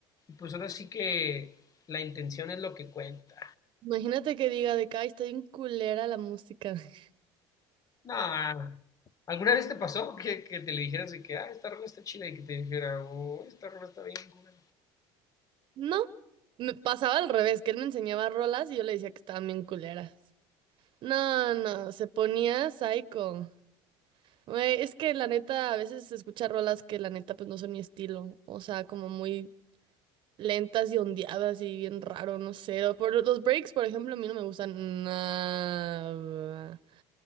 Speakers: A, on the left; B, on the right.
A: Pues ahora sí que la intención es lo que cuenta.
B: Imagínate que diga de que, ay, está bien culera la música. <laughs>
A: No, ¿alguna vez te pasó que, que te le dijeras de que, ah, esta rola está chida y que te dijera, oh, esta rola está bien, cura?
B: No, me pasaba al revés, que él me enseñaba rolas y yo le decía que estaban bien culeras. No, no, se ponía psycho. Güey, es que la neta, a veces se escucha rolas que la neta pues no son mi estilo. O sea, como muy lentas y ondeadas y bien raro, no sé. O Por los breaks, por ejemplo, a mí no me gustan nada.